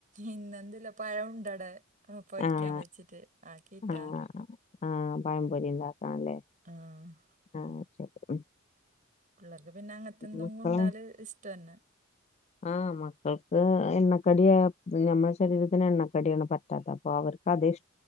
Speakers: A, on the right (about 40°); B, on the left (about 30°).
A: ഇന്നെന്തുല്ല പഴം ഉണ്ടവടെ പൊരിക്കാൻ
B: ആഹ്
A: വെച്ചിട്ട് ആക്കിയിട്ടാ
B: ആഹ് അ ആഹ് പഴംപൊരി ഇണ്ടാക്കാംല്ലേ
A: ആ ഉം.
B: ആഹ് ശരി ഉം
A: പിള്ളേർക്ക് പിന്നെ അങ്ങനത്തെ എന്തെങ്കുണ്ടാല്
B: മക്കളെ
A: ഇഷ്ടന്നെ
B: ആഹ് മക്കൾക്ക് എണ്ണക്കടിയാ ഞമ്മടെ ശരീരത്തിന് എണ്ണക്കടിയാണ് പറ്റാത്തെ അപ്പൊ അവർക്ക് അതെ ഇഷ്